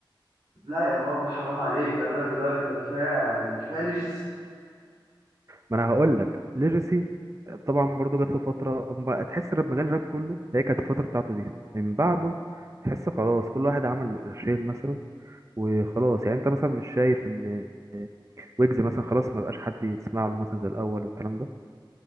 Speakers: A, on the right (about 55°); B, on the right (about 35°).
A: لا يا راجل حرام عليك ده الراب دلوقتي ده كفايه يعني كفايه ليجي
B: ما انا هقول لك ليجاسي طبعا برضو جات له فتره اما تحس الراب مجال الراب كله هي كانت الفتره بتاعته دي من بعده تحس خلاص كل واحد عمل قرشين مثلا وخلاص يعني انت مثلا مش شايف ان ويجز مثلا خلاص ما بقاش حد يسمع له مثلا زي الاول والكلام ده